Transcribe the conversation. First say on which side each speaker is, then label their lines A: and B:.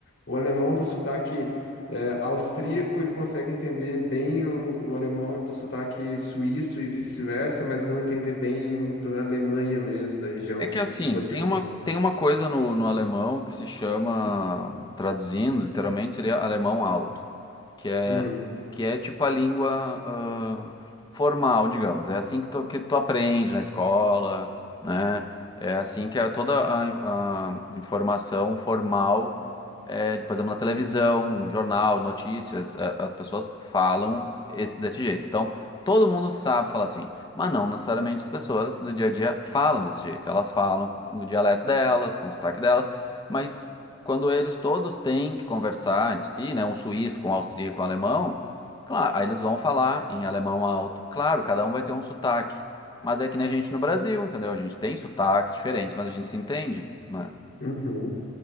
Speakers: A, on the left (about 65°); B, on the left (about 20°).
A: o alemão do sotaque é, austríaco, ele consegue entender bem o, o alemão do sotaque suíço e vice-versa, mas não entender bem o da Alemanha mesmo, da região
B: É
A: que
B: que assim,
A: você
B: tem
A: mora.
B: uma, tem uma coisa no, no alemão que se chama, traduzindo, literalmente seria alemão alto, que é,
A: Uhum.
B: que é tipo a língua ah, formal, digamos. É assim que tu, que tu aprende na escola, né? É assim que é toda a, in- a informação formal, é, por exemplo, na televisão, jornal, notícias, é, as pessoas falam esse- desse jeito. Então, todo mundo sabe falar assim. Mas não necessariamente as pessoas no dia a dia falam desse jeito. Elas falam no dialeto delas, com o sotaque delas, mas quando eles todos têm que conversar entre si, né, um suíço com um austríaco, um alemão, claro, aí eles vão falar em alemão alto. Claro, cada um vai ter um sotaque, mas é que nem a gente no Brasil, entendeu? A gente tem sotaques diferentes, mas a gente se entende, né?
A: Uhum.